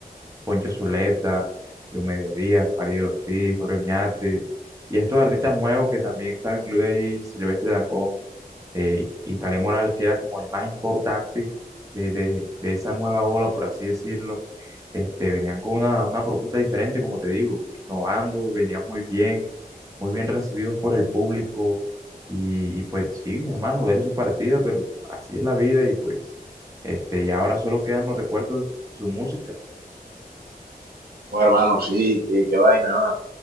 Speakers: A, on the right; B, on the right.
A: Poncho Zuleta, Diomedes Díaz, Farid Ortiz, Jorge Oñate, y estos artistas nuevos que también estaban incluidos ahí, Silvestre Dangond eh, y, y Kaleth Morales, que era como el más importante de, de- de esa nueva ola, por así decirlo, este, venían con una, una propuesta diferente, como te digo, innovando, venían muy bien, muy bien recibidos por el público, y, y pues sí, hermano, dele su partida, pero así es la vida, y pues este, y ahora solo quedan los recuerdos, su música.
B: Pues, hermano, sí, qué, qué vaina. ah.